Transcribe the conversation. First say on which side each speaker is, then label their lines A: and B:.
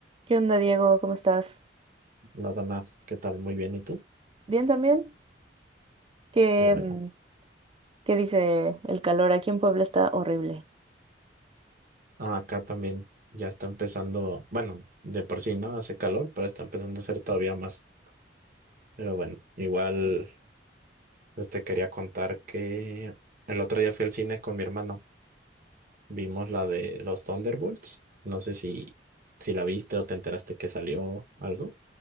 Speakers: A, on the right; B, on the right.
A: ¿Qué onda, Diego? ¿Cómo estás?
B: Nada más, ¿qué tal? Muy bien, ¿y tú?
A: ¿Bien también? ¿Qué,
B: Qué bueno.
A: mm, qué dice el calor? Aquí en Puebla está horrible.
B: Ah, Acá también ya está empezando, bueno, de por sí, ¿no? Hace calor, pero está empezando a hacer todavía más. Pero bueno, igual, pues te quería contar que el otro día fui al cine con mi hermano. Vimos la de los Thunderbolts. No sé si, si la viste o te enteraste que salió algo.